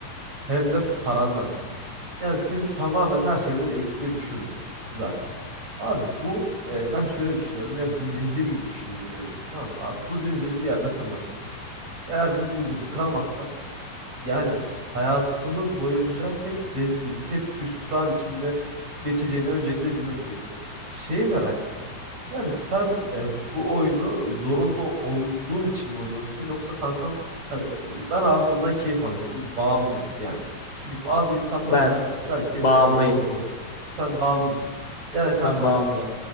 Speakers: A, on the right; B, on the left.
A: hem de parandan kanka. Yani seni tamamen her şeyden eksiye düşürdü zaten. Abi bu e, ben şöyle düşünüyorum. ya bir zincir gibi düşünmek gerekiyor. Tamam mı? Abi bu zinciri bir yerde kırmak gerekiyor. Eğer bu zinciri kıramazsak yani hayatımız boyunca hep rezillik, hep hüsran içinde geçeceğini öncelikle bilmemiz gerekiyor. Şeyi merak ettim. Yani sen e, bu oyunu zorunda olduğun için mi oynuyorsun yoksa kankam hani e, ben abi bundan keyif alıyorum. Bağımlıyım yani. Çünkü bazı insanlar
B: Ben
A: var ya der ki
B: bağımlıyım.
A: e, zorunda ol. Sen bağımlı mısın? Yani kankam
B: Ben bağımlıyım.
A: e,